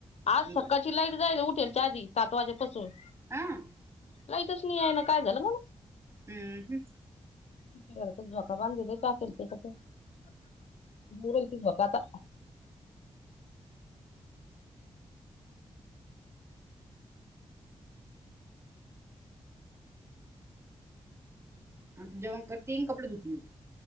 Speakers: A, on the left; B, on the right.
A: आज सकाळ-
B: बर
A: -ची लाईट जायेल ए. उठेल च्या आधी सात वाजेपासून.
B: आं?
A: लाईटच नाही येईना. काय झालं काय जणू.
B: हम्म ह.
A: मी घरातच झोका बांधूनही टाकेल त्याच्यात. <unintelligible> ते झोका आता.
B: आणि ती जेवण करती आणि कपडे धुती.